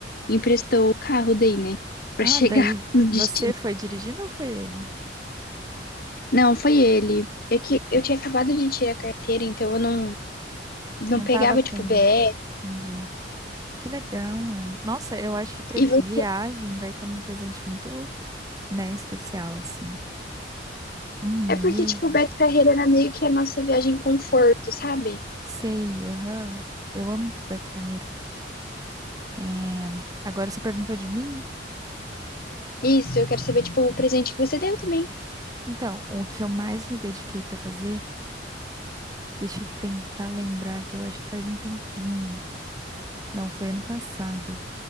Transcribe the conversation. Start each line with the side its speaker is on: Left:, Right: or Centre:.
Left: emprestou o carro daí, né, pra
Right: Ah,
Left: chegar
Right: daí
Left: <laughs> no destino.
Right: você foi dirigindo ou foi ele?
Left: Não, foi ele. É que eu tinha acabado de tirar a carteira, então eu não, não
Right: Não
Left: pegava,
Right: tava com.
Left: tipo, BR.
Right: Entendi. Que legal. Nossa, eu acho que prese-
Left: E vo-
Right: viagem vai como um presente muito, né, especial, assim. O meu.
Left: é porque, tipo, o Beto Carreira era meio que a nossa viagem conforto, sabe?
Right: Sei, aham. Eu amo Beto Carreiro. É, Agora você perguntou de mim?
Left: Isso, eu quero saber, tipo, o presente que você deu também.
Right: Então, o que eu mais me dediquei pra fazer, deixa eu tentar lembrar, que eu acho que faz um tempinho. Não, foi ano passado.